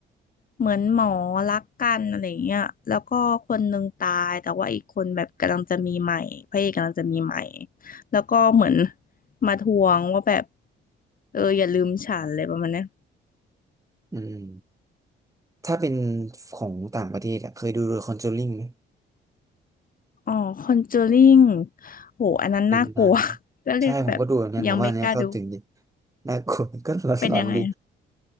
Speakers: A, on the left; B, on the right.
A: เหมือนหมอรักกันอะไรเงี้ยแล้วก็คนหนึ่งตายแต่ว่าอีกคนแบบกำลังจะมีใหม่พระเอกกำลังจะมีใหม่แล้วก็เหมือนมาทวงว่าแบบเอออย่าลืมฉันเลยประมาณเนี้ย
B: อืมถ้าเป็นของต่างประเทศอะเคยดูเดอะคอนจูริงไหม
A: อ๋อคอนเจอริงโหอันนั้นน่ากลัว
B: เดินมัน
A: <laughs> ก็เลยแบบยังไม่กล้าดู
B: ใช่ผมก็ดูแบบนั้นผมว่านเนี้ยเข้าถึงดีน่ากลัว <laughs> ก็หลอนๆดี
A: เป็นยังไง